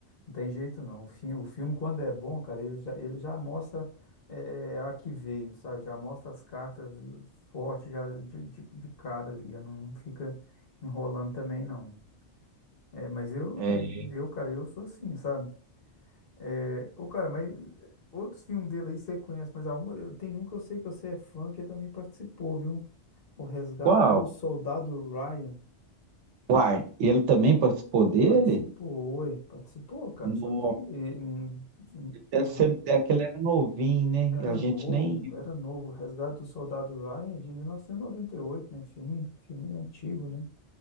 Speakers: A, on the left; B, on the right.
A: Não tem jeito não. O filme, o filme quando é bom, cara, ele já, ele já mostra eh, a que veio, sabe? Já mostra as cartas fortes já de, de, de cara ali. Eu não fica enrolando também, não. É, mas eu,
B: É
A: eu, cara, eu sou assim, sabe? É, ô, cara, mas eh, outros filmes dele aí você conhece, mas algum, eu tenho um que eu sei que você é fã, que também participou, viu? O Resgate
B: qual?
A: do Soldado Ryan.
B: Uai, ele também participou dele?
A: Participou, ué, participou, cara,
B: Nossa,
A: só que hum, hum,
B: deve
A: os-
B: ser, deve que ele era novinho, né?
A: era
B: A gente
A: novo,
B: nem
A: era novo. O Resgate do Soldado Ryan é de 1998, né? Filme, filme antigo, né?